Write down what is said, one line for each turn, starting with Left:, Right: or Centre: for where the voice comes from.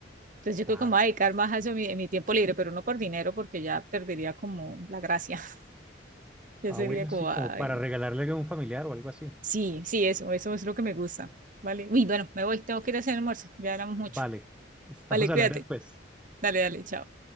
Right: Entonces yo creo
Centre: Ah,
Right: que me voy a dedicar más a eso en mi, en mi tiempo libre, pero no por dinero, porque ya perdería como la gracia, <laughs> ya
Centre: ah,
Right: sería
Centre: bueno,
Right: como,
Centre: sí, como
Right: ay,
Centre: para
Right: no.
Centre: regalarle a un familiar o algo así.
Right: Sí, sí, eso, eso es lo que me gusta, ¿vale? Uy, bueno, me voy, tengo que ir a hacer almuerzo, ya hablamos mucho.
Centre: Vale, estamos
Right: Vale,
Centre: hablando
Right: cuídate.
Centre: después.
Right: Dale, dale, chao.